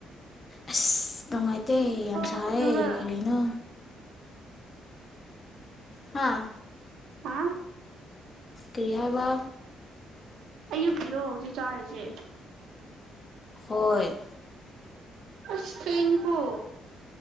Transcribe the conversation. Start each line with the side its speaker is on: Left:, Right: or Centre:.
Left: ꯑꯁ ꯅꯨꯡꯉꯥꯏ ꯇꯩ ꯑ ꯁꯥꯦ
Right: ꯅꯠꯇ꯭ꯔꯒ
Left: ꯈꯦꯂꯤꯅ ꯍꯥꯥ
Right: ꯑ
Left: ꯀꯔꯤꯌꯥ ꯋꯥ
Right: ꯑꯌꯨꯛꯛꯇꯤꯔꯣ ꯍꯧꯖꯤꯛ ꯆꯥꯔꯤꯁꯦ
Left: ꯍꯣꯏ
Right: ꯑꯁ ꯊꯦꯡꯀꯣ